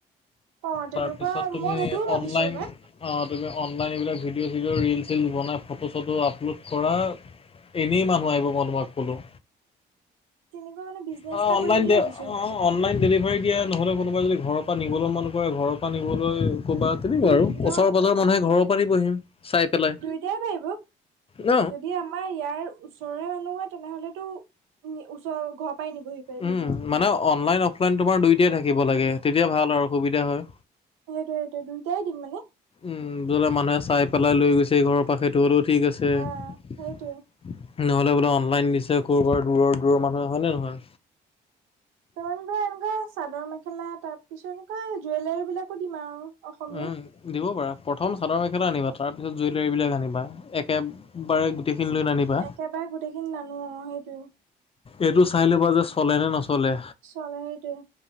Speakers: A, on the right; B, on the left.
A: অ' তেনেকুৱা
B: তাৰপিছত তুমি
A: মই সেইটোও ভাবিছো
B: অনলাইন
A: এবাৰ
B: অঁ, তুমি অনলাইন এইবিলাক ভিডিঅ' - চিদিও ৰিল- চিল বনাই ফটো ফটো আপলোড কৰা। এনেই মানুহ আহিব মই তোমাক ক'লোঁ।
A: তেনেকুৱা মানে বিজনেছ
B: অ',
A: এটা
B: অনলাইন
A: কৰিম বুলি
B: দে
A: ভাবিছোঁ।
B: অ', অ, অনলাইন ডেলিভাৰী দিয়া, নহ'লে কোনোবাই যদি ঘৰৰ পৰা নিবলো মন কৰে, ঘৰৰ পৰা নিবলৈ ক'বা তেনেকুৱা
A: দুই
B: আৰু।
A: ন
B: ওচৰ- পাজৰ মানুহে ঘৰৰ পৰা নিবহি চাই পেলাই।
A: তেতিয়াই পাৰিব
B: ন?
A: যদি আমাৰ ইয়াৰ ওচৰৰে মানুহ হয় তেনেহলেতো উম নি -ওচৰৰ ঘৰৰপাই নিবহি পাৰিব
B: উম,
A: মোৰ
B: মানে অনলাইন, অফলাইন তোমাৰ দুয়োটাই থাকিব লাগে তেতিয়া ভাল আৰু সুবিধা হয়।
A: সেইটোৱে সেইটোৱে দুইটাই দিম মানে।
B: উম, ধৰা মানুহে চাই পেলাই লৈ গৈছে ঘৰৰ পা সেইটোতো ঠিক আছে
A: অ
B: নহলে
A: সেইটোৱে
B: বোলে অনলাইন দিছে ক'ৰবাৰ দূৰৰ দূৰৰ মানুহে হয় নে নহয়?
A: তাৰমান পৰা এনেকুৱা চাদৰ মেখেলা তাৰ পিছত এনেকুৱা জুৱেলাৰী বিলাকো দিম আৰু অসমীয়া
B: উম, দিব পাৰা প্ৰথম চাদৰ মেখেলা আনিবা তাৰ পিছত জুৱেলৰী বিলাক আনিবা একে বাৰে গোটেইখিনি লৈ নানিবা
A: তেতিয় পৰা গোটেইখিনি নানো অ', সেইটোৱে।
B: এইটো চাই লবা যে চলেনে নচলে।
A: চলে সেইটোৱে